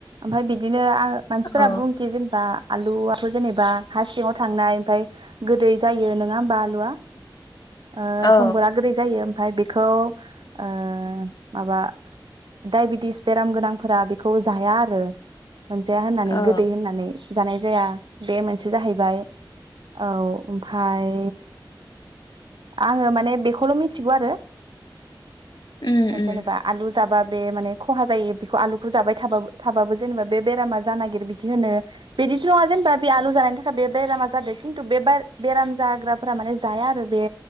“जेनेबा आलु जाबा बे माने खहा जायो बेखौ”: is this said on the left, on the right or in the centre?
Right